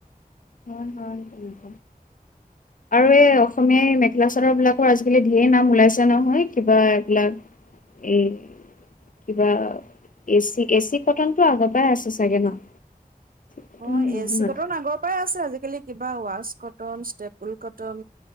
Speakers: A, on the left (about 60°); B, on the right (about 65°).
A: হয় হয় তেনেকুৱাই আৰু এই অসমীয়া এই মেখেলা-চাদৰবিলাকৰ আজিকালি ঢেৰ নাম ওলাইছে নহয়। কিবা এইবিলাক এই কিবা এচি- এচি কটনটো আগৰ পৰাই আছে চাগে ন'? কটন
B: অ',
A: নহয়
B: এ চি কটন আগৰ পৰাই আছে । আজি কালি কিবা ৱাছ কটন ষ্টেপুল কটন